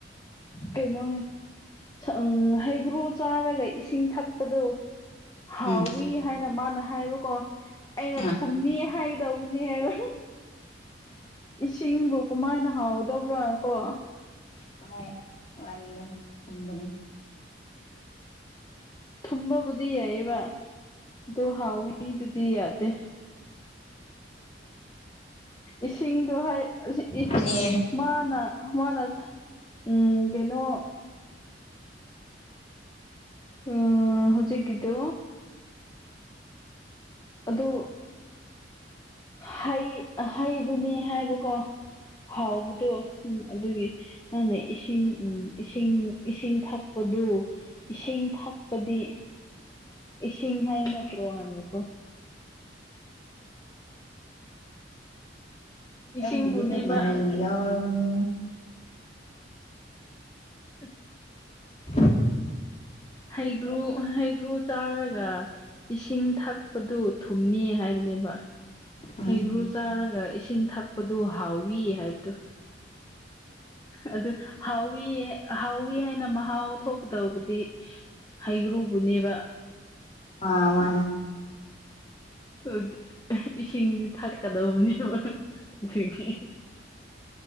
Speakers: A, on the left (about 35°); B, on the left (about 20°).
A: <inaudible>
B: ꯀꯩꯅꯣ ꯎꯝ ꯍꯩꯒ꯭ꯔꯨ ꯆꯥꯔꯒ ꯏꯁꯤꯡ ꯊꯛꯄꯗꯨ ꯍꯥꯎꯋꯤ
A: ꯎꯝ
B: ꯍꯥꯏꯅ ꯃꯥꯅ ꯍꯥꯏꯕꯀꯣ ꯑꯩꯅ
A: ꯑ
B: ꯊꯨꯝꯃꯤ ꯍꯥꯏꯒꯗꯧꯕꯅꯦ ꯍꯥꯏꯕ ꯏꯁꯤꯡꯕꯨ ꯀꯃꯥꯏꯅ ꯍꯥꯎꯗꯧꯕ꯭ꯔꯥ ꯀꯣ
A: ꯍ ꯋꯥꯜ ꯊꯝꯕꯅꯤ <unintelligible>
B: ꯊꯨꯝꯕꯕꯨꯗꯤ ꯌꯥꯏꯑ‌ꯦꯕ ꯑꯗꯣ ꯍꯥꯎꯋꯤꯗꯨꯗꯤ ꯌꯥꯗꯦ ꯏꯁꯤꯡꯗꯣ ꯍꯥꯏ ꯑꯁ ꯏ
A: ꯑꯗꯨꯅꯦ
B: ꯃꯥꯅ ꯃꯥꯅ ꯎꯝ ꯀꯩꯅꯣ ꯑꯝ ꯍꯧꯖꯤꯛꯀꯤꯗꯨ ꯑꯗꯨ ꯍꯩ ꯍꯩꯗꯨꯅꯦ ꯍꯥꯏꯕꯀꯣ ꯍꯥꯎꯕꯗꯨ ꯎꯝ ꯑꯗꯨꯒꯤ ꯅꯪꯅ ꯏꯁꯤꯡ ꯎꯝ ꯏꯁꯤꯡ ꯏꯁꯤꯡ ꯊꯛꯄꯗꯨ ꯏꯁꯤꯡ ꯊꯛꯄꯗꯤ ꯏꯁꯤꯡ ꯍꯥꯏꯕ ꯅꯠꯇ꯭ꯔꯣ ꯍꯥꯏꯕꯀꯣ
A: ꯅꯪꯒꯤꯗꯨꯗꯤ
B: ꯏꯁꯤꯡꯕꯨꯅꯦꯕ
A: ꯃꯔꯩꯅꯤ ꯌꯥꯎꯔꯕꯅꯤ
B: <inaudible>
A: <unintelligible>
B: ꯍꯩꯒ꯭ꯔꯨ ꯍꯩꯒ꯭ꯔꯨ ꯆꯥꯔꯒ ꯏꯁꯤꯡ ꯊꯛꯄꯗꯨ ꯊꯨꯝꯃꯤ ꯍꯥꯏꯕꯅꯦꯕ
A: ꯎꯝ
B: ꯍꯩꯒ꯭ꯔꯨ ꯆꯥꯔꯒ ꯏꯁꯤꯡ ꯊꯛꯄꯗꯨ ꯍꯥꯎꯋꯤ ꯍꯥꯏꯕꯗꯨ‌ ꯑꯗꯨ ꯍꯥꯎꯋꯤ ꯍꯥꯎꯋꯤ ꯍꯥꯏꯅ ꯃꯍꯥꯎ ꯊꯣꯛꯀꯗꯧꯕꯗꯤ ꯍꯩꯒ꯭ꯔꯨꯕꯨ ꯅꯦꯕ
A: ꯑ ꯃꯥꯅꯦ
B: unintelligible ꯏꯁꯤꯡꯗꯤ ꯊꯛꯀꯗꯧꯕꯅꯦꯕ ꯑꯗꯨꯒꯤ